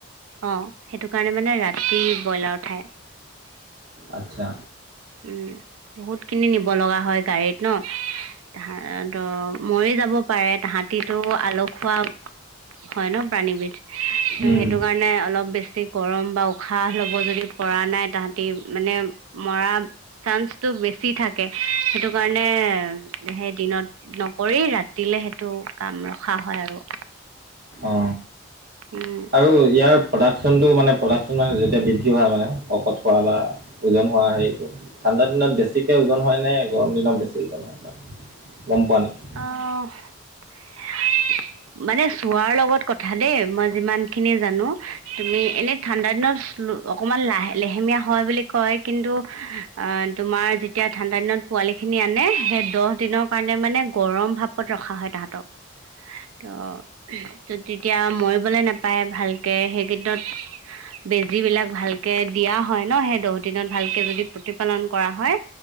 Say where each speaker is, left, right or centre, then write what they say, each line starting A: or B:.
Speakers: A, on the right; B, on the right.
A: অ, সেইটো কাৰণে মানে ৰাতি ব্ৰইলাৰ উঠায়।
B: আচ্ছা।
A: উম, বহুত খিনি নিব লগা হয় গাড়ীত ন। তাহাঁতৰ মৰি যাব পাৰে তাহাঁতিতো আলখুৱা হয় ন প্ৰাণীবিধ ত
B: উম
A: সেইটো কাৰণে অলপ বেছি গৰম বা উশাহ ল'ব যদি পৰা নাই তাহাঁতি মানে মৰা চান্সটো বেছি থাকে। সেইটো কাৰণে সেই দিনত নকৰি ৰাতিলে সেইটো কাম ৰখা হয় আৰু।
B: অ
A: উম।
B: আৰু ইয়াৰ প্ৰডাকশ্যনটো মানে প্ৰডাকশ্যনৰ মানে যেতিয়া বৃদ্ধি হোৱা মানে শকত হোৱা বা ওজন হোৱা হেৰিটো ঠাণ্ডা দিনত বেছিকে ওজন হয় নে গৰম দিনত বেছি ওজন হয়? গম পোৱা নে?
A: অহ <unintelligible> মানে চোৱাৰ লগত কথা দেই মই যিমানখিনি জানো তুমি এনে ঠাণ্ডা দিনত অকমান লাহ লেহেমীয়া হয় বুলি কয়। কিন্তু আ তোমাৰ যেতিয়া ঠাণ্ডা দিনত পোৱালিখিনি আনে সেই দহ দিনৰ কাৰণে মানে গৰম ভাপত ৰখা হয় তাহাঁতক। ত' ত' তেতিয়া মৰিবলে নাপায় ভালকে সেই কেই দিনত বেজীবিলাক ভালকে দিয়া হয় ন সেই দহ দিনত ভালকে যদি প্ৰতিপালন কৰা হয়।